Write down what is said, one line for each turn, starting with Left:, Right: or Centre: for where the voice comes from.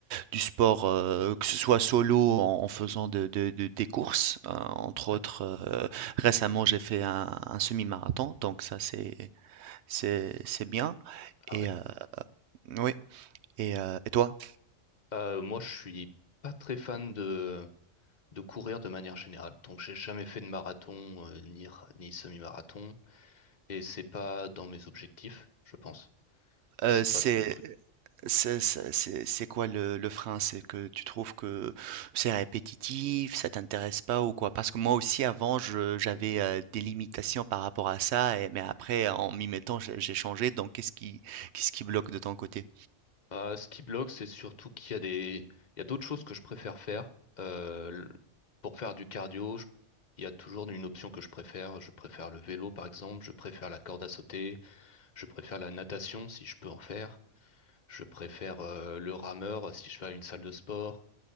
Right: du sport, heu, que ce soit solo en en faisant de de de des courses, heu, entre autres,
Left: Ouais.
Right: heu, récemment j'ai fait un un semi-marathon, donc ça c'est c'est c'est bien
Left: Ah
Right: et
Left: ouais.
Right: heu, oui et heu et toi?
Left: Euh, moi, je suis pas très fan de, de courir de manière générale. Donc j'ai jamais fait de marathon euh, ni, ra- ni semi-marathon et c'est pas dans mes objectifs, je pense.
Right: Heu,
Left: C'est
Right: c'est
Left: pas trop mon truc.
Right: C'est c'est- c'est- c'est quoi le, le frein? C'est que tu trouves que c'est répétitif, ça t'intéresse pas ou quoi? Parce que moi aussi avant je- j'avais euh, des limitations par rapport à ça, et- mais après en m'y mettant j'ai j'ai changé. Donc qu'est-ce qui qu'est-ce qui bloque de ton côté?
Left: Ah, ce qui bloque, c'est surtout qu'il y a des, il y a d'autres choses que je préfère faire. Euh, le- pour faire du cardio, je- il y a toujours une option que je préfère. Je préfère le vélo, par exemple. Je préfère la corde à sauter. Je préfère la natation si je peux en faire. Je préfère euh, le rameur si je vais à une salle de sport.